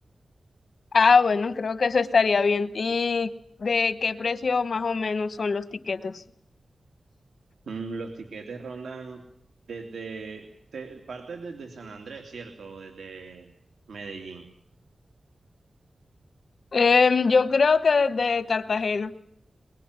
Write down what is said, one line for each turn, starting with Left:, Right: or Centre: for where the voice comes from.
Left: Ah, bueno, creo que eso estaría bien. ¿Y de qué precio más o menos son los tiquetes?
Right: Mm, los tiquetes rondan desde, te- partes desde San Andrés, ¿cierto? O Desde Medellín.
Left: Em, yo creo que de Cartagena.